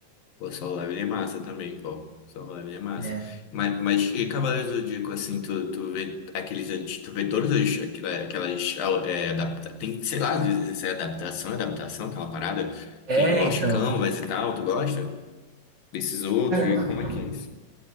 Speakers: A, on the left; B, on the right.
A: O Solo Leveling é massa também, pô. Solo Leveling é massa.
B: né?
A: Mas, mas e Cavaleiros do Zodíaco, assim, tu, tu vê aqueles antes, tu vê todas as, aquela- aquelas, é, adapta, tem, sei lá, às vezes é adaptação, é adaptação, aquela parada.
B: É,
A: Tem o Lost
B: então.
A: Canvas e tal, tu gosta? Desses outros,
B: Cara,
A: e
B: eu nunca,
A: como é que é isso?